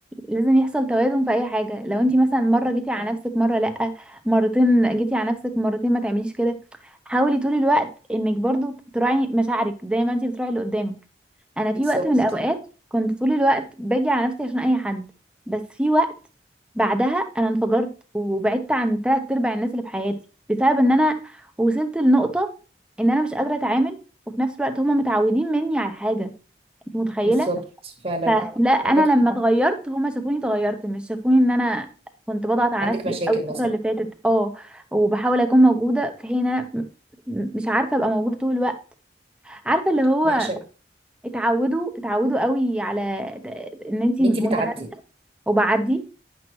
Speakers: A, in the centre; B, on the right.
A: لازم يحصل توازن في اي حاجة لو انتي مثلا مرة جيتي على نفسك مرة لأ مرتين جيتي على نفسك مرتين ما تعمليش كده حاولي طول الوقت انك برضو تراعي مشاعرك زي ما انتي بتراعي اللي قدامك انا في
B: بالظبط
A: وقت من الاوقات كنت طول الوقت باجي على نفسي عشان اي حد بس في وقت بعدها انا انفجرت وبعدت عن تلات ارباع الناس اللي في حياتي بسبب ان انا وصلت لنقطة ان انا مش قادرة اتعامل وفي نفس الوقت هما متعودين مني على حاجة انت متخيلة
B: بالظبط فعلا
A: فلا انا
B: عندك حق.
A: لما اتغيرت هما شافوني اتغيرت مش شافوني ان انا كنت بضغط على
B: عندك
A: نفسي
B: مشاكل
A: أوي الفترة
B: مثلا
A: اللي فاتت اه وبحاول اكون موجودة في حين انا م- م- مش عارفة ابقى موجودة طول الوقت عارفة اللي هو
B: مع شك
A: اتعودوا اتعودوا قوي على ت- ان انت
B: ان
A: متناسقه
B: انت بتعدي
A: وبعدي